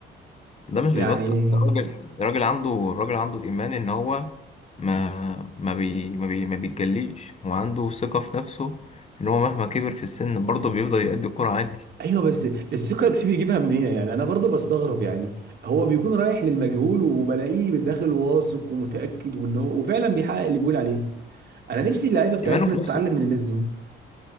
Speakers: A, on the left (about 35°); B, on the right (about 55°).
A: ده مش
B: يعني
A: بيبطل ده راجل راجل عنده راجل عنده ايمان ان هو ما ما بي ما بي ما بيتجليش وعنده ثقه في نفسه ان هو مهما كبر في السن برضه بيفضل يأدي الكرة عادي
B: ايوه بس الثقه دي بيجيبها منين يعني انا برضو بستغرب يعني هو بيكون رايح للمجهول وبلاقيه بالداخل واثق ومتاكد وان هو وفعلا بيحقق اللي بيقول عليه انا نفسي اللعيبه بتاعتنا
A: ايمانه في
B: تتعلم
A: نفسه
B: من الناس دي